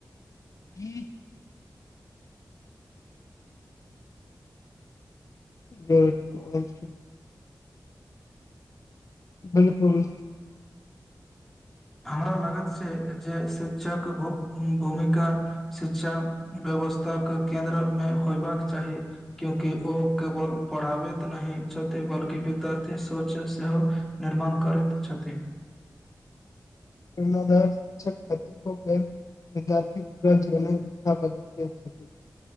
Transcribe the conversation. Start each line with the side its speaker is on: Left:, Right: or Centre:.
Left: <unintelligible> <unintelligible> बिलकुल
Centre: हमरा लागत छै जे शिक्षक भूमिका शिक्षा व्यवस्थाक के केन्द्रक मे होयबाक चाही क्यूकि ओ केवल पढ़ाबैत नहि छथित बल्कि विद्यार्थी सोच सेहो निर्माण करैत छथिन
Left: प्रेरणादायक <unintelligible> विद्यार्थी पूरा जीवनक दिशा बदलि रहल छथि <unintelligible>